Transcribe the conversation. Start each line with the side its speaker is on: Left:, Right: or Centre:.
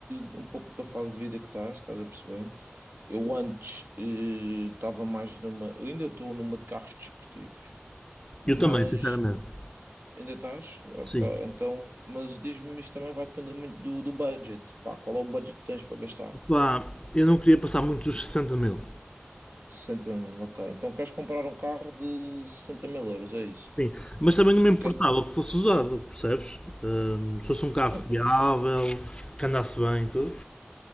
Right: de- um pouco da fase de vida que estás, estás a perceber? Eu antes eh, estava mais numa, eu ainda estou numa de carros desportivos, mas
Left: Eu também, sinceramente.
Right: ainda estás? Ok,
Left: Sim.
Right: então, mas diz-me, isto também vai depender muito do, do budget, pá, qual é o budget que tens para gastar?
Left: Pá, eu não queria passar muito dos 60 mil.
Right: 60 mil, ok, então queres comprar um carro de 60 mil euros, é isso?
Left: Sim, mas também não me
Right: E
Left: importava
Right: quer-
Left: que fosse usado, percebes? Hum, se fosse um carro
Right: Tranquilo.
Left: fiável, que andasse bem e tudo.